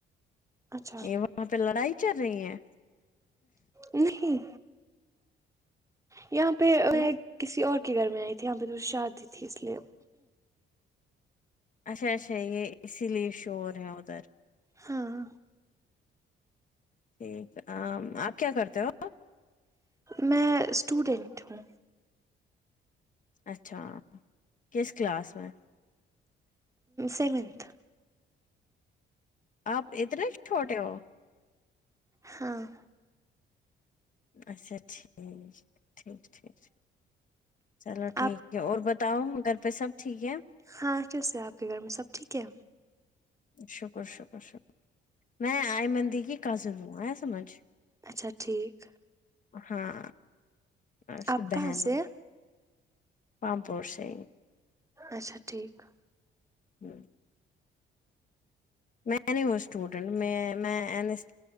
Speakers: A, on the right (about 15°); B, on the left (about 40°).
A: اچھا
B: یہ وہاں پہ لڑائی چل رہی ہے
A: نہیں یہاں پہ <unintelligible>
B: تو
A: کسی اور کے گھر میں آئی تھی یہاں پہ تو شادی تھی اس لیے
B: اچھا اچھا یہ اسی لیے شور ہے ادھر
A: ہاں
B: ٹھیک ام آپ کیا کرتے ہو
A: میں اسٹوڈنٹ ہوں
B: اچھا کس کلاس میں
A: سیونتھ
B: آپ اتنے چھوٹے ہو
A: ہاں
B: اچھا ٹھیک ٹھیک ٹھیک چلو ٹھیک
A: آپ
B: ہے اور بت اؤ گھر پہ سب ٹھیک ہے
A: ہاں چس سے آپ کے گھر میں سب ٹھیک ہے
B: شکر شکر شکر میں آئیمن دی کی کازن ہوں ایا سمجھ
A: اچھا ٹھیک
B: ہاں میں اسکی
A: آپ
B: بہن
A: کہاں سے
B: ہو
A: ہیں؟
B: رامپور سے
A: اچھا ٹھیک
B: ہمم میں نہیں ہوں اسٹوڈنٹ م میں این ای اس